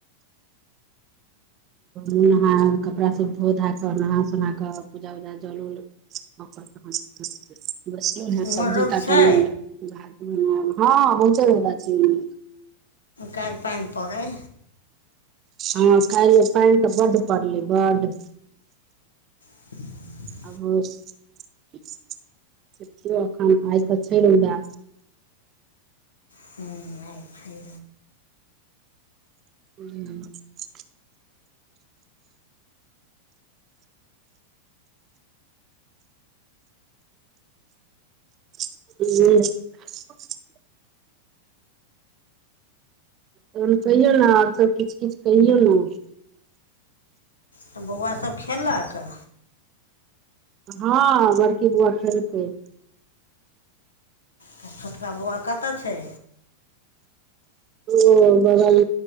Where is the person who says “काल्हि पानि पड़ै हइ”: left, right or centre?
Left